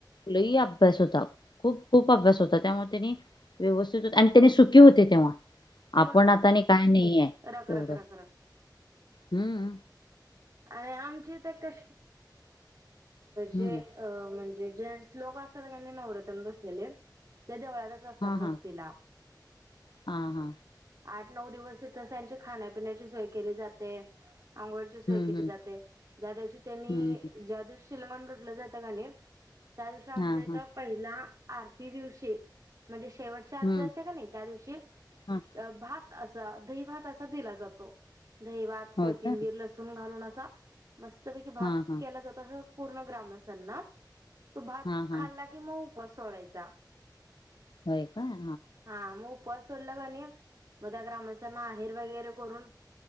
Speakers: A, on the left (about 75°); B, on the right (about 50°).
A: लई अभ्यास होता. खूप खूप अभ्यास होता, त्यामुळे त्यांनी व्यवस्थित होती आणि त्यानी सुखी होते तेव्हा.
B: होय
A: आपण
B: होय
A: आता नाही काय नई हाय
B: रख
A: एवढ,
B: रख रख रख
A: हम्म!
B: आणि आमचे ते <unintelligible> जे
A: हम्म
B: अ म्हणजे जे श्लोक असातात की नई नवरातन बसलेले, ते देवळात असतात
A: हा हा
B: वस्तीला
A: हा हा.
B: आठ, नऊ, दिवस इथच त्यांची खाण्या-पिण्याची सोय केली जाते, अ सोय
A: हम्म
B: केली
A: हम्म
B: जाते, ज्या दिवशी त्यांनी,
A: हम्म
B: ज्या दिवशी <unintelligible> लुटलं जात की नई त्या दिवशी आमच्या
A: हा
B: इथ
A: हा
B: पहिला, आरती दिवशी, म्हणजे शेवट <unintelligible> असत्या
A: हम्म
B: की नई त्या दिवशी
A: हा.
B: भात असा, दही भात असा दिला जातो, दही, भात,
A: होय
B: कोथिंबीर,
A: का
B: ल घालून असा, मस्तपैकी भात
A: हा हा
B: केला जातो, पूर्ण ग्रामसाना तो भात
A: हा हा
B: खाल्ला कि, मग उपास सोडायचा.
A: होय का हा
B: हा, मग उपवास सोडला क नई मग त्या ग्रामस्थांना आहेर वगैरे करून